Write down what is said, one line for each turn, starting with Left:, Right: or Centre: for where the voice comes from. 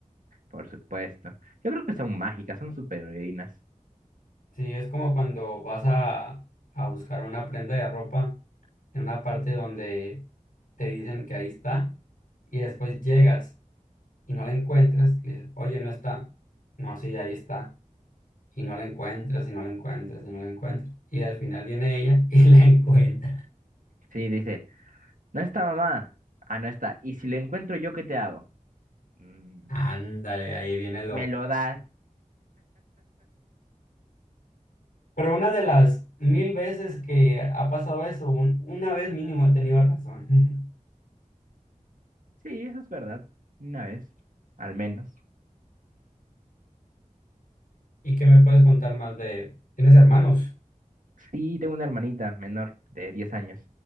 Right: por supuesto. Yo creo que son mágicas, son superheroínas.
Left: Sí, es como cuando vas a, a buscar una prenda de ropa en una parte donde te dicen que ahí está y después llegas y no la encuentras, y le dices, oye, no está. No, sí, ahí está. Y no la encuentras, y no la encuentras, y no la encuentras. Y al final viene ella y <laughs> la encuentra.
Right: Sí, dice, no está mamá. Ah, no está. ¿Y si lo encuentro yo, qué te hago? "Mm,
Left: Ándale, ahí viene lo.
Right: me lo das.
Left: Pero una de las mil veces que ha pasado eso, un- una vez mínimo he tenido razón. <laughs>
Right: Sí, eso es verdad. Una vez, al menos.
Left: ¿Y qué me puedes contar más de... ¿Tienes hermanos?
Right: Sí, tengo una hermanita menor de 10 años.